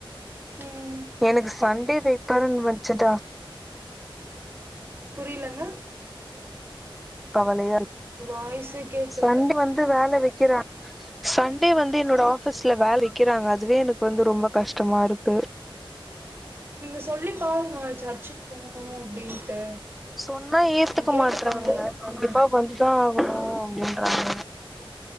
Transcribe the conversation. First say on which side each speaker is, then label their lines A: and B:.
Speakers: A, on the right (about 25°); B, in the centre.
A: ம்
B: எனக் சண்டே வைப்பாருன்னு வச்சுதா
A: புரியலங்க
B: கவலயா இருக்
A: உங்க வாய்ஸே கேக்கல
B: சண்டே வந்து வேல வெக் கிறா சண்டே வந்து என்னோட ஆஃபிஸ்ல வேல வெக்கிறாங்க அதுவே எனக்கு வந்து ரொம்ப கஷ்டமா இருக்கு பேர்
A: நீங்க சொல்லிப்பாருங்க சர்ச்சுக்கு போனோ அப்டின்ட்டு
B: சொன்னா ஏத்துக்க
A: அவங்க கேட்டுப்பாங்க
B: மாற்றாங்க கண்டிப்பா வந்துதா ஆகணோ அப்டின்றாங்க